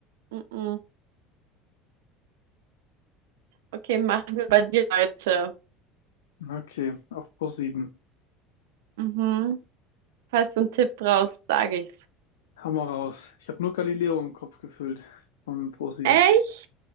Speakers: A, on the right; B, on the left.
A: Mm-mm. Okay, machen wir bei dir, Leute.
B: Okay, auf ProSieben.
A: Mhm. Falls du einen Tipp brauchst, sage ich's.
B: Hau mal raus. Ich habe nur Galileo im Kopf gefüllt von ProSieben.
A: Echt?